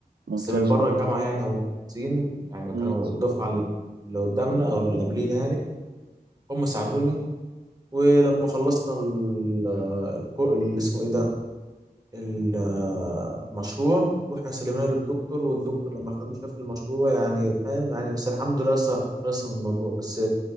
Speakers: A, on the right; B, on the right.
A: ممتاز
B: بس من بره
A: والله
B: الجامعة يعني هم مهندسين يعني
A: مم،
B: كانوا الدفعة اللي قدامنا أو اللي قبلينا يعني هم ساعدوني ولما خلصنا ال- الكو- اللي اسمه إيه ده ال- آه، المشروع رحنا سلمناه للدكتور والدكتور لما خدوه شاف المشروع يعني فاهم يعني بس الحمد لله لسه خلصنا من الموضوع بس